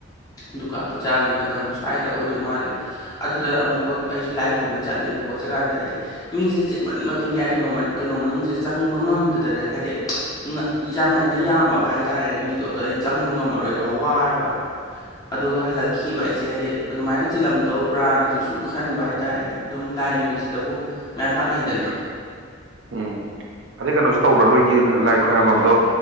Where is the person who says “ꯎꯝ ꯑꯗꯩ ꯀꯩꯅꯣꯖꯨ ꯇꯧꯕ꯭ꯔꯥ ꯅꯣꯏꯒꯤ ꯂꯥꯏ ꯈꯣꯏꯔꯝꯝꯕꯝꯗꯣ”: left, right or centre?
Right